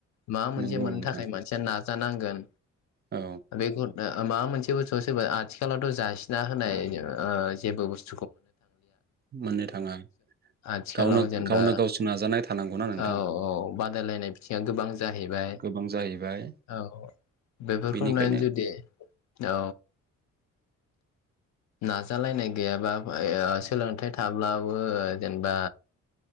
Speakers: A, on the left; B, on the right.
A: मा मोनसे
B: नंगौ
A: मोननो
B: नोंथां
A: थाखाय मानसिया ना जानांगोन।
B: औ
A: <unintelligible> माबा मोनसे बुस्थु सोरबा आथिखालावथ' जासिना होनाय जेबो बुस्थु। <unintelligible>
B: मोननो थाङा
A: आथिखालाव
B: गावनो
A: जेनेबा
B: गावनो गावसो नाजानाय थानांगौना नोंथां
A: औ औ। बादायलायनाय बिथिंआ गोबां। जाहैबाय
B: गोबां जाहैबाय
A: औ बेफोरखौ
B: बेनिखायनो
A: नुनानै जुदि। औ नाजालायनाय गैयाबा। सोलोंथाइ थाब्लाबो जेनेबा